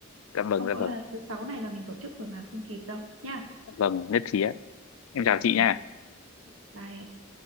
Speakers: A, on the left (about 75°); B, on the right (about 70°).
A: dạ vâng
B: không
A: dạ
B: có
A: vâng
B: là thứ sáu này là mình tổ chức rồi mà không kịp đâu nha
A: dạ vâng nhất trí ạ em chào
B: ok
A: chị nha
B: bye em.